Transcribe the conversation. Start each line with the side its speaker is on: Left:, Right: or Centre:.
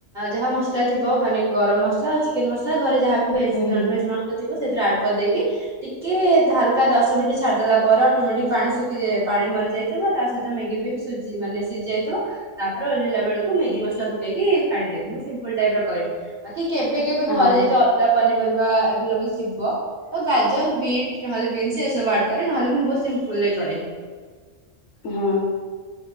Right: ଯାହା ମସଲା ଥିବ ମାନେ ଗରମ ମସ ମସଲା ଆଉ ଚିକେନ ମସଲା ଘରେ ଯାହା ଭେଜ୍
Left: ହୁଁ
Right: ନନ
Left: ହୁଁ
Right: ଭେଜ୍ <unintelligible> ଥିବ ସେଥିରେ ଆଡ କରିଦେଇକି ଟିକେ ହାଲକା ଦଶ ମିନିଟ୍ ଛାଡିଦେଲା ପରେ ଅଟୋମେଟିକ ପାଣି ଶୁଖି ଯାଏ ପାଣି ମରି ଯାଇଥିବ ତା ସହିତ ମ୍ୟାଗି ବି ସିଜି ମାନେ ସିଜି ଯାଇଥିବ ତାପରେ ଓହ୍ଲେଇଲା ବେଳକୁ ମ୍ୟାଗି ମସଲା ପକେଇକି କାଢିଦେବ ମୁଁ ସିମ୍ପୁଲ ଟାଇପ ର କରେ ବା କେବେ କେବେ ଘରେ
Left: ହଁ
Right: ଯଦି ଅଲଗା ପନି ପରିବା ଆଭଲେଵଲ ଥିବ ଓ ଗାଜର ବିଟ ନହେଲେ ବିନ୍ ଏବୁ ଆଡ କରେ ନହଲେ ମୁଁ ବହୁତ ସମ୍ପୁଲ୍ ରେ କରେ।
Left: ହଁ।